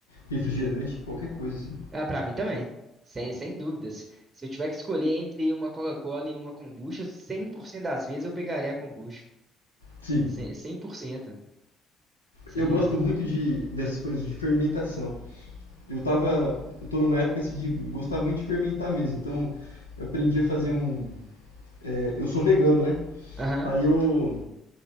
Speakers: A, on the left (about 80°); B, on the right (about 30°).
A: refrigerante, qualquer coisa assim.
B: Ah, pra mim também. Sem, sem dúvidas. Se eu tiver que escolher entre uma Coca-Cola e uma kombucha, 100% das vezes eu pegaria a kombucha.
A: Sim,
B: Cem- 100%, sem
A: eu gosto
B: erro.
A: muito de dessas coisas de fermentação. eu tava, eu tô numa época assim, de gostar muito de fermentar mesmo, então eu aprendi a fazer um, é, eu sou vegano, né?
B: Aham.
A: Aí eu,